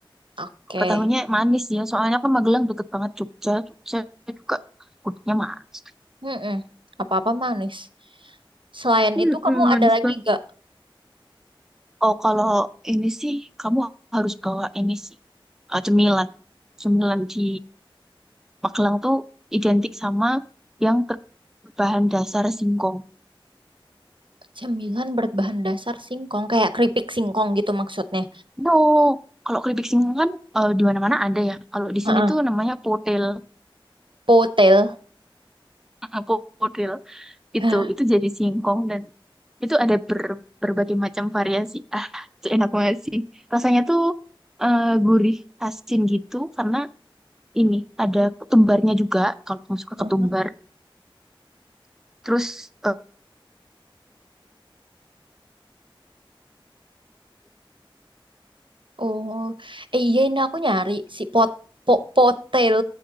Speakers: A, on the right (about 65°); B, in the centre.
A: Oke.
B: ketahuinya manis ya soalnya kan Magelang deket banget Jogja Jogja juga gudegnya manis
A: Mm-mm. Apa-apa manis. Selain
B: Mm-mm,
A: itu kamu
B: manis
A: ada lagi
B: banget.
A: gak
B: oh kalau ini sih kamu harus bawa ini sih eh, cemilan cemilan di Magelang tuh identik sama yang ter- berbahan dasar singkong.
A: cemilan berbahan dasar singkong kayak keripik singkong gitu maksudnya?
B: No, kalau keripik singkong kan eh, di mana-mana ada ya. Kalau di
A: Heeh.
B: sini tuh namanya potel,
A: Potel.
B: <laughs> po- potel itu
A: Hah.
B: itu jadi singkong dan itu ada ber- berbagai macam variasi. <laughs> Ah, itu enak banget sih. Rasanya tuh eh, gurih, asin gitu karena ini ada ketumbarnya juga. Kalau kamu suka
A: Heeh.
B: ketumbar, terus eh,
A: Oh, eh, iya ini aku nyari si pot po, potel.